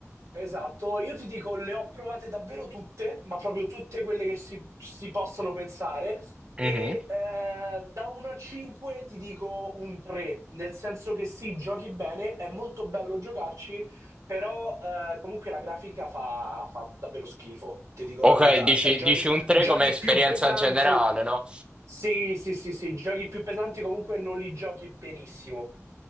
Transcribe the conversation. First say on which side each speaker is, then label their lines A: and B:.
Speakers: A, on the right; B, on the right.
A: Esatto, io ti dico, le ho provate davvero tutte, ma proprio tutte quelle che si, si possono pensare.
B: Mhm.
A: E eh, da 1 a 5 ti dico un 3, nel senso che sì, giochi bene, è molto bello giocarci, però eh, comunque la grafica fa, fa davvero schifo, ti dico
B: Ok,
A: la verità.
B: dici,
A: Cioè, giochi,
B: dici un 3
A: giochi
B: come esperienza
A: più pesanti.
B: generale, no?
A: Sì, sì, sì, sì, giochi più pesanti comunque non li giochi benissimo.